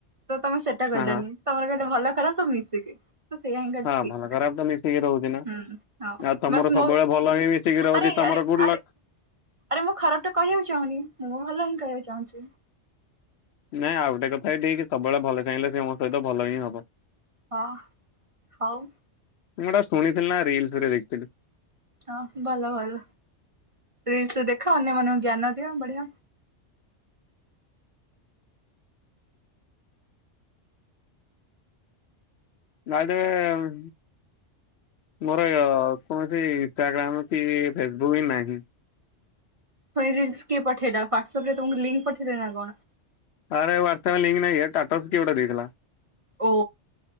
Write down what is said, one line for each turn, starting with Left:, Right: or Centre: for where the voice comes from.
Right: ତ ତମେ ସେଇଟା କହିଲନି
Left: ହଁ
Right: ତମର କେତେ ଭଲ ଖରାପ ସବୁ ମିଶିକି। ତ ସେଇୟା ହିଁ କହିଲି
Left: ହଁ
Right: ଠିକ
Left: ଭଲ ଖରାପ ତ ମିଶିକି ରହୁଛି ନା
Right: ହୁଁ ହଁ
Left: ଆଉ ତମର
Right: ବାସ୍
Left: ସବୁବେଳେ
Right: ମୋ
Left: ଭଲ ହିଁ ମିଶିକି ରହୁଛି
Right: ଆରେ
Left: ତମ
Right: ଆରେ
Left: ତମର ଗୁଡ଼
Right: ଆରେ
Left: ଲକ୍।
Right: ଆରେ ମୁଁ ଖରାପ ତ କହିବାକୁ ଚାହୁଁନି। ମୁଁ ଭଲ ହିଁ କହିବାକୁ ଚାହୁଁଛି।
Left: ନାଇଁ ଆଉ ଗୋଟେ କଥା ଠିକ ସବୁବେଳେ ଭଲ ଚାହିଁଲେ ସେ ମାନଙ୍କ ସହିତ ଭଲ ହିଁ ହବ।
Right: ହଁ ହୋଉ।
Left: ମୁଁ ଟା ଶୁଣିଥିଲି ନା ରିଲସ ରେ ଦେଖଥିଲି।
Right: ହଁ ଭଲ ଭଲ ରିଲସ ଦେଖ ଅନ୍ୟ ମାନଙ୍କୁ ଜ୍ଞାନ ଦିଅ ବଢ଼ିଆ।
Left: ବାଇଦ ୱେ ମୋର କୌଣସି ଇଷ୍ଟାଗ୍ରାମ କି ଫେସବୁକ୍ ବି ନାହିଁ।
Right: ରିଲସ କିଏ ପଠେଇଲା ହ୍ୱାଟସଅପ ରେ ତମକୁ ଲିଙ୍କ ପଠେଇଲେ ନାଁ କଣ?
Left: ଆରେ ହ୍ୱାଟ୍ସଆପ୍ ଲିଙ୍କ ନାହିଁ ଟାଟସ୍ କିଏ ଗୋଟେ ଦେଇଥିଲା।
Right: ଓ।